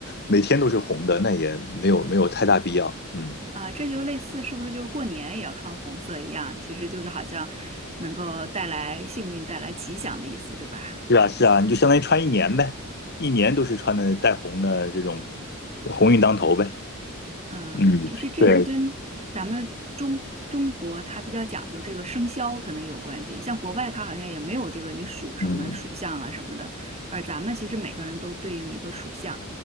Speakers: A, on the left; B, on the right.
A: 每天都是红的，那也没有没有太大必要，嗯，
B: 啊，这就类似是不是就是过年也要穿红色一样？其实就是好像能够带来幸运、带来吉祥的意思，对吧？
A: 是啊是啊，你就相当于穿一年呗，一年都是穿的带红的这种红运当头呗，
B: 嗯，
A: 嗯。
B: 其实这个跟咱们中中国它比较讲究这个生肖可能有关系，
A: 对，
B: 像国外它好像也没有这个你属什么属相啊什么的，
A: 嗯
B: 而咱们其实每个人都对应一个属相，